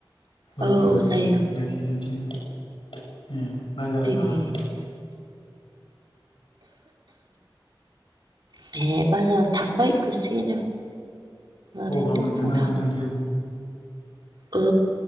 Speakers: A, on the left; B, on the right.
A: रुबिबार
B: औ जायो
A: बाजार नोंसिनिथिं उम बाजाराव
B: दिनै
A: थाङासै?
B: बे बाजाराव थांबाय दसेनो ओरैनोथ'
A: गगा मोनदों
B: फुङाव
A: ना
B: थां
A: मादोंथो
B: औ